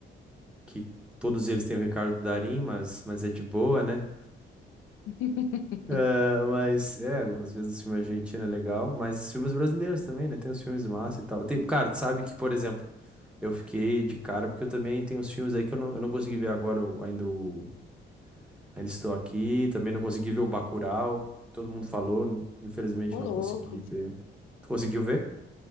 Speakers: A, in the centre; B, on the left.
A: Que todos eles têm o Ricardo Darín, mas, mas é de boa, né?
B: <laughs>
A: Ah, mas é, algumas vezes os filmes argentinos é legal, mas os filmes brasileiros também, né? Tem os filmes massa e tal. Tem, cara, tu sabe que, por exemplo, eu fiquei de cara porque eu também tenho os filmes aí que eu não, eu não consegui ver agora, eu ainda, o- ainda estou aqui, também não consegui ver o Bacurau, que todo mundo falou, não- infelizmente
B: Ô,
A: não
B: louco.
A: consegui ver. Tu conseguiu ver?